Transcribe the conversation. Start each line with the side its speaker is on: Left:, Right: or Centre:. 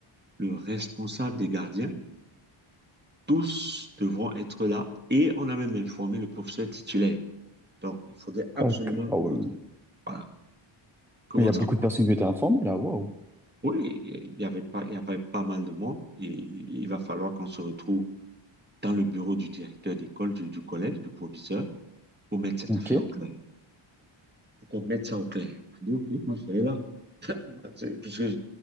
Right: le responsable des gardiens. Tous devront être là et on a même informé le professeur titulaire. Donc, il faudrait
Centre: Ah,
Right: absolument
Centre: que- ah
Right: que
Centre: ouais.
Right: votre, voilà, que
Centre: Mais
Right: votre
Centre: il y a beaucoup
Right: enfant.
Centre: de personnes qui ont été informées là, waouh.
Right: Oui, il y avait pas, il y avait pas mal de monde et il va falloir qu'on se retrouve dans le bureau du directeur d'école, du, du collège, du proviseur, pour mettre cette
Centre: Ok,
Right: affaire au clair. Pour qu'on mette ça au clair. Je dis, OK, moi, je serai là. C'est- Puisque